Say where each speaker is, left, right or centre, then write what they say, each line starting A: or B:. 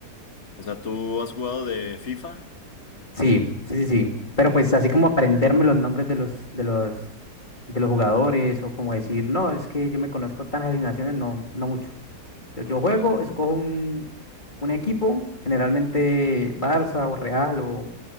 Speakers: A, on the left; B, on the left.
A: O sea, ¿tú has jugado de FIFA?
B: Sí, sí, sí, sí. Pero
A: Eh,
B: pues
A: Sí.
B: así como aprenderme los nombres de los, de los, de los jugadores o como decir, no, es que yo me conozco tan alineaciones, no, no mucho. Yo, yo
A: Ok,
B: juego, escojo un, un equipo, generalmente Barça o Real o,